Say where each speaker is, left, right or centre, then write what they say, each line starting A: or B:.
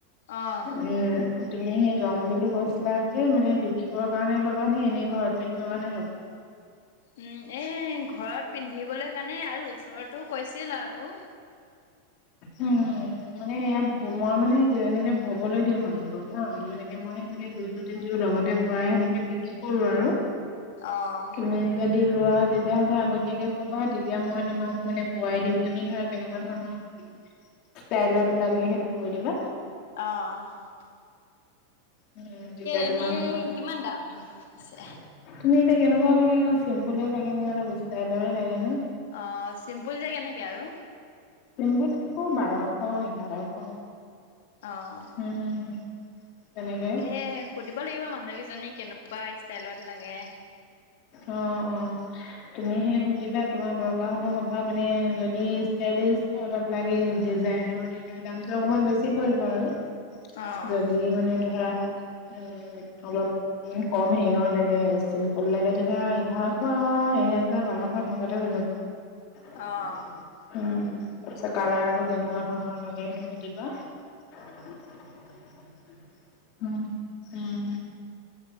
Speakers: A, on the left; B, on the left.
A: অ'।
B: উম তুমিহে লম বুলি কৈছিলা যে মানে বিকিবৰ কাৰণে ল'বা নে এনে ঘৰত পিন্ধিবৰ কাৰণে ল'বা।
A: উম এ ঘৰত পিন্ধিবলৈ আৰু ওচৰতো কৈছিল আৰু।
B: উ উম মানে ইয়াত মই মানে এনেকে ববলৈ দিওঁ মানুহবোৰক হা মানেে মই সনেকে দুযোৰ তিনযোৰ লগতে বোৱাই সেনেকে বিক্ৰী কৰো আৰু।
A: অহ।
B: তুমি যদি লোৱা তেতিয়াহ'লে আগতীয়াকে ক'বা তেতিয়া মই তোমাক মানে বোৱাই দিম তুমি ধৰা কেনেকুৱা ধৰণৰ ষ্টাইলত লাগে সেইটো কৈ দিবা
A: আহ আহ
B: অ উম তেতিয়া
A: এনেই
B: তোমাক ধৰা
A: কিমান দাম
B: তুমি
A: পিছে?
B: এতিয়া কেনেকুৱা লাগে চিম্পুলই লাগেনে অলপ ষ্টাইলৰে লাগেনে
A: অ', চিম্পুল যে কেনেকে আৰু।
B: নশ <unintelligible> বাৰশ এঘাৰশ
A: অঁ
B: উম তেনেকে
A: তাকে সুধিব লাগিব আমাক বাকীজনী কেনেকুৱা ষ্টাইলত লাগে।
B: অ অ তুমি সে সুধিবা তোমাক দৰকাৰ হত কবা মানে যদি ষ্টাইলিছ অলপ লাগে ডিজাইনৰ তেতিয়া দামটো অকমান বেছি পৰিব আৰু।
A: অ'।
B: যদি মানে ধৰা অলপ উ কম হেৰিয়ৰ লাগে চিম্পুল লাগে তেতিয়া এঘাৰশ এহেজাৰ বাৰশ। এনেকুৱাতে হৈ
A: অ'।
B: যাব উ। তাৰ পিছত কালাৰটো কেনেকুৱা ধৰণৰ লাগে সেইটো সুধিবা। উম উম।